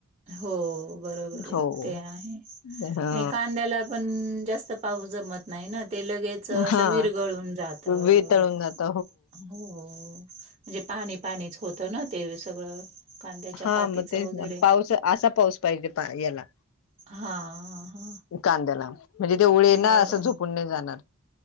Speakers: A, on the right; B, on the left.
A: हो बरोबर आहे
B: हो.
A: ते आहे
B: हा
A: आणि कांद्याला पण जास्त पाऊस जमत नाही ना ते लगेच अस
B: हा
A: विरगळून जात हो
B: वितळून जात
A: म्हणजे पाणी पाणीच होतं ना ते सगळं कांद्याच्या
B: हा
A: पातीचं
B: मग तेच
A: वगैरे
B: ना पाऊस असा पाऊस पाहिजे याला
A: हा हा
B: कांद्याला म्हणजे ते उळे ना
A: हो.
B: असं झोपून नाही जाणार